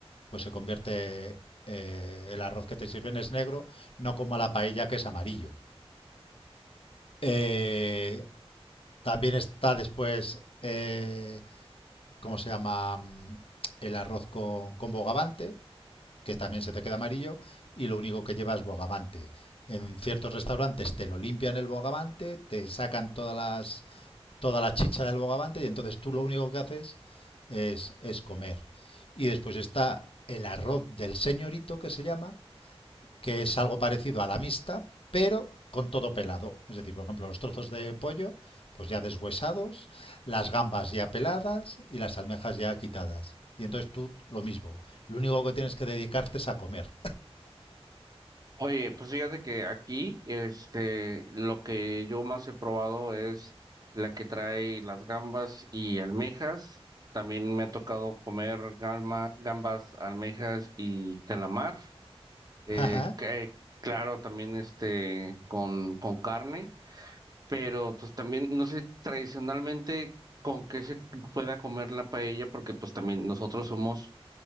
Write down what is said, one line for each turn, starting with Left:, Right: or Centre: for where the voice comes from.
Left: pues se convierte eh, el arroz que te sirven es negro, no como la paella que es amarillo. Eh, también está después, eh, ¿cómo se llama? Mm, El arroz con, con bogavante, que también se te queda amarillo, y lo único que llevas es bogavante. En ciertos restaurantes te lo limpian el bogavante, te sacan todas las, toda la chicha del bogavante, y entonces tú lo único que haces es, es comer. Y después está el arroz del señorito, que se llama, que es algo parecido a la mixta, pero con todo pelado. Es decir, por ejemplo, los trozos de pollo, pues ya deshuesados, las gambas ya peladas y las almejas ya quitadas. Y entonces tú lo mismo. Lo único que tienes que dedicarte es a comer.
Right: Oye, pues fíjate que aquí, este, lo que yo más he probado es la que trae las gambas y almejas. También me ha tocado comer gamba- gambas, almejas y calamar. Eh,
Left: <laughs>
Right: que, claro, también este, con, con carne, pero pues también, no sé, tradicionalmente con qué se pueda comer la paella, porque pues también nosotros somos